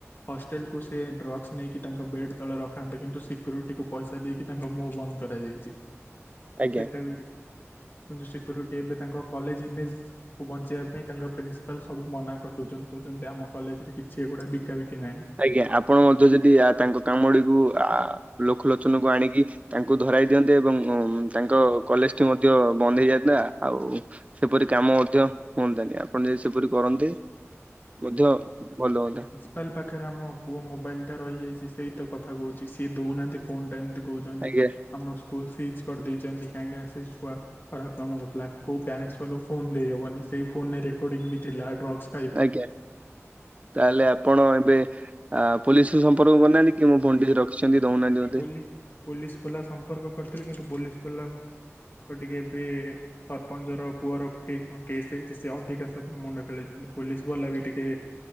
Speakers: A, on the left; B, on the right.
A: ହଷ୍ଟେଲ୍ କୁୁ ସେ ଡ୍ରଗ୍ସ୍ ନେଇକି ତାଙ୍କ ବେଡ୍ ତଳେ ରଖାନ୍ତେ କିନ୍ତୁ ସିକ୍ୟୁରିଟିକୁୁ ପଇସା ଦେଇକି ତାଙ୍କ ମୁହ ବନ୍ଦ କରାଯାଇଛି।
B: ଆଜ୍ଞା।
A: ସେଟା ବି ଠିକ୍ କିନ୍ତୁ ସିକ୍ୟୁରିଟି ଏବେ ତାଙ୍କ କଲେଜ ଇମେଜ ବଞ୍ଚେଇବା ପାଇଁ ତାଙ୍କର ପ୍ରିନ୍ସିପାଲ ସବୁ ମନା କରିଦଉଚନ୍ତି। କହୁଛନ୍ତି ଆମ କଲେଜେରେ କିଛି ଏଗୁଡ଼ା ବିକାାବିକି ନାହିଁ।
B: ଆଜ୍ଞା ଆପଣ ମଧ୍ୟ ଯଦି ତାଙ୍କ କାମ ଗୁଡିକୁ ଲୋକଲୋଚନକୁ ଆଣିକି ତାଙ୍କୁ ଧରାଇ ଦିଅନ୍ତେ ଏବଂ ତାଙ୍କ କଲେଜେ୍ ଟି ମଧ୍ୟ ବନ୍ଦ ହେଇଯାଇନ୍ତା ଆଉ। ସେପରି କାମ ମଧ୍ୟ ହୁଅନ୍ତାନି ଆପଣ ଯଦି ସେପରି କରନ୍ତେ ମଧ୍ୟ ଭଲ ହୁଅନ୍ତା।
A: ପ୍ରିନ୍ସିପାଲ ପାଖରେ ଆମ ପୁଅ ମୋବାଇଲ ଟା ରହିଯାଇଛି ସେଇତ କଥା କହୁଛି ସିଏ ଦଉନାହାନ୍ତି ଫୋନ୍ ଟା ଏମିତି କହୁଛି। ଜନ୍ତି
B: ଆଜ୍ଞା
A: ଆମ ସ୍କୁଲ ସିଜ୍ କରିଦେଇଛନ୍ତି କାହିଁକି ନା ସେଇ ସ୍କା ଖରାପ କାମ କରୁଥିଲା କୋଉ ପ୍ୟାରେଣ୍ଟସ ବାଲାଙ୍କୁ ଫୋନ ଦେଇହବନି ସେଇ ଫୋନ ରେ ରେକର୍ଡିଙ୍ଗ ବି ଥିଲା ଡ୍ରଗସ
B: ଆଜ୍ଞା ତାହେଲେ ଆପଣ ଏବେ ଆ ପୋଲିସକୁ ସମ୍ପର୍କ କରନାହାନ୍ତି କି ମୋ ଭଣ୍ଡି ରଖିଛନ୍ତି ଦଉନାହାନ୍ତି। ମତେ।
A: ପୋଲି ପୋଲିସ ବାଲା ସମ୍ପର୍କ କରିଥିଲେି କିନ୍ତୁ ପୋଲିସ ବାଲାଙ୍କ ଟିକେ ଏବେ ସରପଞ୍ଚର ପୁଅର ଟିକେ କଣ କେସ୍ ହେଇଛି ସେ ଅଧିକା ସେଥିରେ ମୁଣ୍ଡ ଖେଳାଇଛନ୍ତି ପୋଲିସ ବାଲା ବି ଟିକେ